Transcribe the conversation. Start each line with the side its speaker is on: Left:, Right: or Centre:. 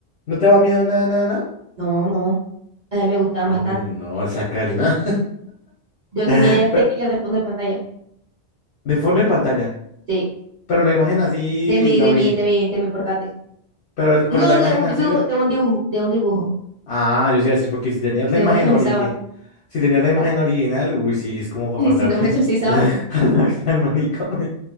Left: ¿No te da miedo nada, nada, nada?
Right: No, no, a mí me gustaban
Left: Uy,
Right: bastante.
Left: no, esa Karina.
Right: Yo tenía
Left: <laughs>
Right: ya este Killer de fondo de pantalla.
Left: De fondo de pantalla.
Right: Sí,
Left: Pero la imagen así,
Right: de mi,
Left: la
Right: de
Left: origen.
Right: mi, de mi, de mi portátil.
Left: Pero, el-
Right: No,
Left: pero la imagen
Right: de un
Left: así.
Right: dibujo,
Left: or-
Right: de un dibujo, de un dibujo.
Left: Ah, yo sí iba a decir, porque si tenías la
Right: Si
Left: imagen
Right: no me exorcizaban,
Left: origen. Si tenías la imagen original, uy, sí, es como para
Right: <laughs>
Left: mandarte
Right: si no me exorcizaban,
Left: <laughs> al, ma- al manicomio.